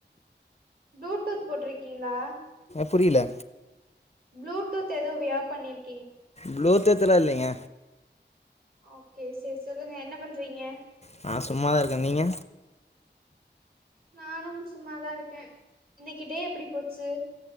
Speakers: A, on the right; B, on the left.
A: ப்ளூடூத் போட்ருக்கீங்களா
B: புரியல
A: ப்ளூடூத் எதுவு வியர் பண்ணியிருக்
B: ப்ளூடூத்லா இல்லைங்க
A: ஓகே சேரி சொல்லுங்க என்ன பண்றீங்க
B: நா சும்மாதா இருக்கே நீங்க
A: நானும் சும்மாதா இருக்கே இன்னைக்கு டே எப்படி போச்சு